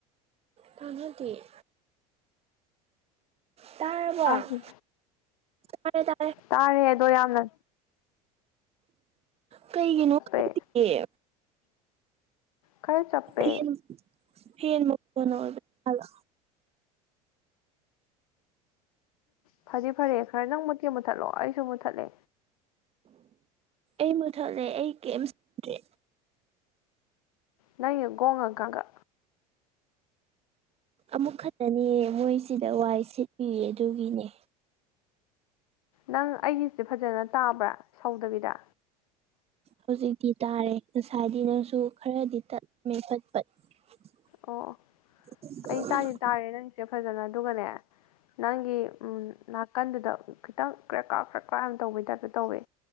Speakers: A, on the right; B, on the left.
A: ꯇꯅꯗꯦ ꯇꯥꯔꯕꯣ
B: ꯇꯥꯗꯦ.
A: ꯇꯥꯔꯦ ꯇꯥꯔꯦ
B: ꯇꯥꯔꯦ ꯑꯗꯣ ꯌꯥꯝꯅ
A: ꯀꯩꯒꯤꯅꯣ
B: ꯆꯞꯄꯦ
A: ꯈꯪꯗꯤꯌꯦ
B: ꯈꯔ ꯆꯞꯄꯦ
A: ꯐꯦꯟ ꯐꯦꯟ ꯃꯈꯣꯟꯅ ꯑꯣꯏꯕꯖꯥꯠꯂꯣ
B: ꯐꯗꯤ ꯐꯔꯦ ꯈꯔ ꯅꯪ ꯃꯨꯠꯀꯦ ꯃꯨꯠꯊꯠꯂꯣ ꯑꯩꯁꯨ ꯃꯨꯠꯊꯠꯂꯦ
A: ꯑꯩ ꯃꯨꯊꯠꯂꯦ ꯑꯩ ꯀꯩꯝ ꯁꯥꯗ꯭ꯔꯦ
B: ꯅꯪꯒꯤꯅ ꯒꯣꯡ ꯒ ꯒꯥꯡ ꯒ
A: ꯑꯃꯨꯛ ꯈꯛꯇꯅꯦ ꯃꯣꯏꯁꯤꯗ ꯋꯥꯏ ꯁꯤꯠꯄꯤꯌꯦ ꯑꯗꯨꯒꯤꯅꯦ
B: ꯅꯪ ꯑꯩꯒꯤꯁꯦ ꯐꯖꯅ ꯇꯥꯕ꯭ꯔꯥ ꯁꯧꯗꯕꯤꯗ
A: ꯍꯧꯖꯤꯛꯇꯤ ꯇꯥꯔꯦ ꯉꯁꯥꯏꯒꯤꯅꯁꯨ ꯈꯔꯗꯤ ꯇꯠꯂꯦ ꯄꯠꯄꯠ ꯏꯟꯑꯣꯗꯤꯕꯜ
B: ꯑꯣ ꯑꯣ ꯑꯩ ꯇꯥꯗꯤ ꯇꯥꯔꯦ ꯅꯪꯁꯦ ꯐꯖꯅ ꯑꯗꯨꯒꯅꯦ ꯅꯪꯒꯤ ꯑꯨꯝ ꯅꯥꯀꯟꯗꯨꯗ ꯈꯤꯇꯪ ꯀ꯭ꯔꯦ ꯀ꯭ꯔ ꯀ꯭ꯔꯥꯏꯝ ꯇꯧꯕꯩ ꯇꯥꯏꯞꯇ ꯇꯧꯋꯦ